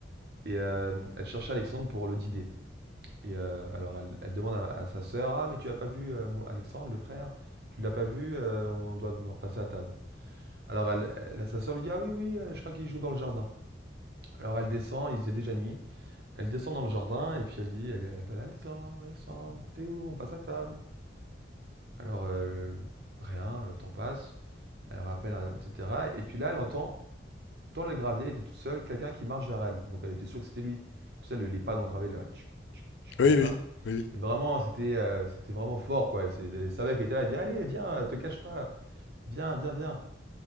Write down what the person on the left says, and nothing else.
oui,
oui, oui,